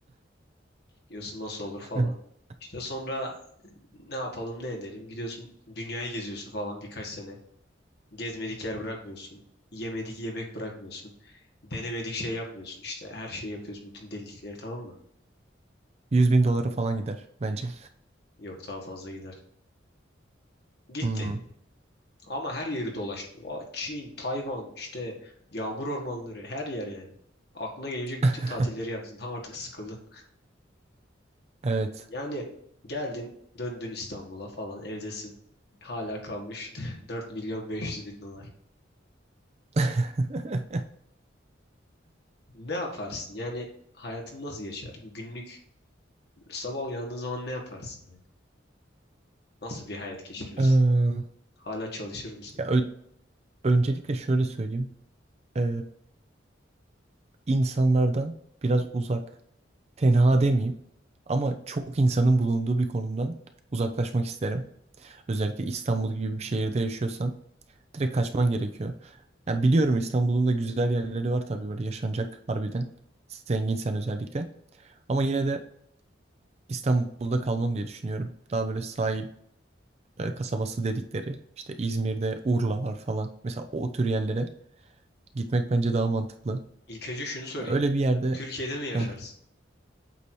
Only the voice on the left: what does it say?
Diyorsun nasıl
olur falan. İşte sonra ne yapalım ne edelim. Gidiyorsun dünyayı geziyorsun falan birkaç sene. Gezmedik yer bırakmıyorsun. Yemedik yemek bırakmıyorsun. Denemedik şey yapmıyorsun. İşte her şeyi yapıyorsun. Bütün delilikleri tamam mı?
Yok daha fazla gider. Gitti.
Ama her yeri dolaştı. Aa, Çin, Tayvan, işte yağmur ormanları her yer yani. Aklına gelecek bütün
tatilleri yaptın. Tam artık sıkıldın.
Yani geldin döndün İstanbul'a falan evdesin. Hala kalmış <laughs> dört milyon beş yüz bin dolar.
Ne yaparsın? Yani hayatın nasıl geçer? Günlük sabah uyandığın zaman ne yaparsın yani? Nasıl bir hayat geçirirsin?
Hala çalışır mısın?
İlk önce şunu sorayım.
Türkiye'de mi
yaşarsın?